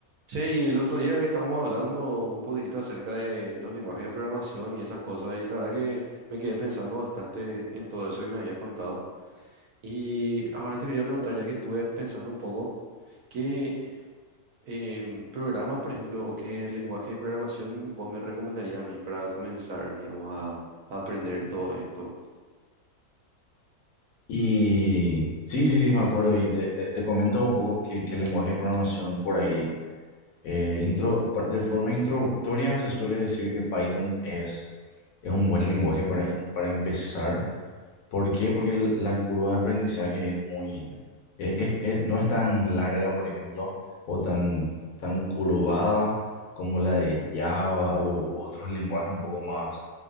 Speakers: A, on the right (about 70°); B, on the left (about 65°).
A: Che, y el otro día era que estábamos hablando un poquitito acerca de los lenguajes de programación y esas cosas, y la verdad que me quedé pensando bastante en todo eso que me habías contado. Y ahora te quería preguntar, ya que estuve pensando un poco, ¿qué em, programa, por ejemplo, o qué lenguaje de programación vos me recomendarías a mí para comenzar, digamos, a, a aprender todo esto?
B: Y sí, sí, sí, me acuerdo. Y te, te, te comento un poco qué, qué lenguaje de programación por ahí. Eh, intro, pa- de forma introductoria se suele decir que Python es, es un buen lenguaje para, in- para empezar. ¿Por qué? Porque el- la curva de aprendizaje es muy, es- es- es- no es tan larga, por ejemplo, o tan, tan curvada como la de Java o, o otros lenguajes un poco más,